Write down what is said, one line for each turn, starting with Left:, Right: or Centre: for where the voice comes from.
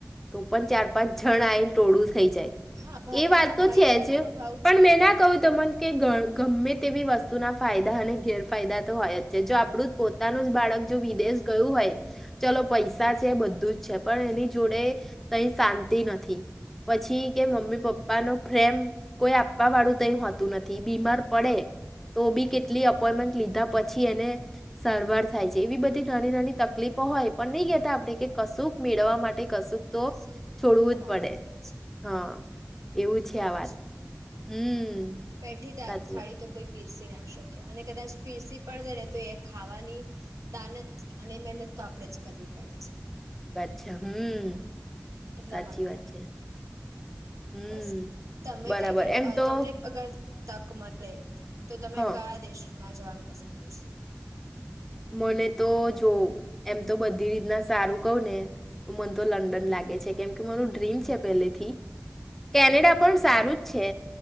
Centre: તો પણ ચાર પાંચ જણાએ ટોળું થઈ જાય,
Right: હા ભારતમાં
Centre: એ વાત તો
Right: ભાઈચારોનો
Centre: છે જ,
Right: ભાવ
Centre: પણ
Right: છે
Centre: મેં ના કહ્યું તમન કે ગર ગમે તેવી વસ્તુ ના ફાયદા અને ગેરફાયદા તો હોય જ છે. જો આ પણું પોતાનું જ બાળક જો વિદેશ ગયું હોય, ચલો પૈસા છે બધું જ છે, પણ એની જોડે કંઈ શાંતિ નથી. પછી કે મમ્મી પપ્પા નો ફ્રેમ કોઈ આપવા વાળું તઈ હોતું નથી. બીમાર પડે તો બી કેટલી અપોઈમેન્ટ લીધા પછી એને સારવાર થાય છે. એવી બધી નાની-નાની તકલીફો હોય, પણ નહીં કહેતા આપણે કે કશુંક મેળવવા માટે કશુંક તો
Right: કશું
Centre: છોડવું
Right: ગુમાવવું
Centre: જ પડે.
Right: છે
Centre: હા એવું છે
Right: એ
Centre: આ
Right: તો
Centre: વાત. હમ્મ,
Right: બેઠી થા-
Centre: સાચી
Right: થાળી
Centre: વાત.
Right: તો કોઈ પીરસી ના શકે, અને કદાચ પીરસી પણ દે ને તો એ ખાવાની દાન જ, અને મહેનત તો આપણે જ કરવી પડે છે.
Centre: અચ્છા હમ
Right: એટલા
Centre: સાચી
Right: માટે
Centre: વાત છે હમ
Right: બસ તમે
Centre: બરાબર
Right: કઈ કન્ટ
Centre: એમ તો
Right: તમને અગર તક મળે તો તમે
Centre: હા
Right: કયા દેશ માં જવાનું પસંદ કરશું
Centre: મને તો જો એમ તો બધી રીતના સારું કહું ને મને તો લંડન લાગે છે કેમકે મારુ ડ્રીમ છે પહેલેથી કેનેડા પણ સારું જ છે